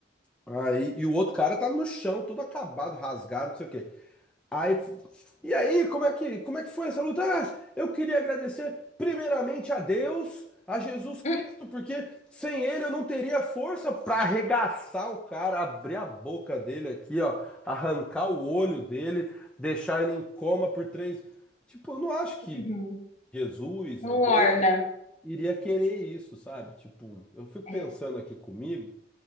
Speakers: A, in the centre; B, on the left.
A: Aí, e o outro cara tá no chão, todo acabado, rasgado, não sei o quê. Aí, e aí, como é que, como é que foi essa luta? Ah, eu queria agradecer primeiramente a Deus, a Jesus Cristo,
B: Hum,
A: porque sem ele eu não teria força para arregaçar o cara, abrir a boca dele aqui, ó, arrancar o olho dele, deixar ele em coma por três. Tipo, eu não acho que
B: Uhum.
A: Jesus
B: Não
A: ou Deus
B: orna.
A: iria querer isso, sabe? Tipo, eu fico pensando
B: É.
A: aqui comigo,